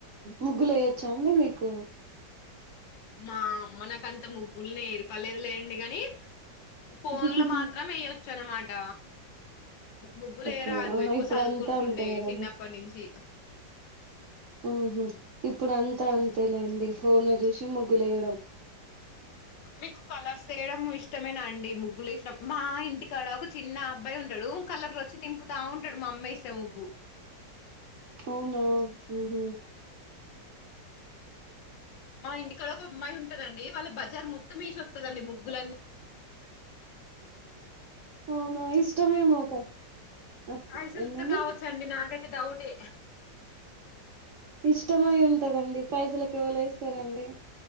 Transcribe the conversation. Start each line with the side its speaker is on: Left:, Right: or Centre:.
Right: ముగ్గులే చాండి మీకు
Left: మా అమ్మ నాకంత ముగ్గుల్ని ఏర్పలేదు లేండి కాని కోన్లు
Right: హుహు.
Left: మాత్రం వేయొచ్చు అన్నమాట ముగ్గులేయరాదు
Right: ఓకే. ఆహా!
Left: ఎక్కువ
Right: ఇప్పుడంతా
Left: చదువుకుంటుండే
Right: అంతే గదండీ!
Left: చిన్నప్పటి నుంచి
Right: ఉహు ఇప్పుడు అంతా అంతే లేండి ఫోన్ల చూసి ముగ్గులు వేయడం.
Left: మీకు కలర్స్ వేయడం ఇష్టమేనా అండి. ము గ్గులు వేసినప్పుడు, మా ఇంటికాడ ఒక చిన్న అబ్బాయి ఉంటడు కలర్లు వచ్చి నింపుతా ఉంటడు మా అమ్మ వెస్తే ముగ్గు.
Right: అవునా. హుహ్
Left: మా ఇంటికాడ ఒక అమ్మాయి ఉంటదండి వాళ్ళ బజార్ మొ త్తం ఏసి వత్తదండి ముగ్గులు
Right: అవునా ఇష్టమేమో తా ఆ
Left: పైసలుతో
Right: ఏంటండి.
Left: కావచ్చండి నాకైతే డౌటే
Right: ఇష్టమై ఉంటదండి పైసలకు ఎవ్వలేస్తరండి.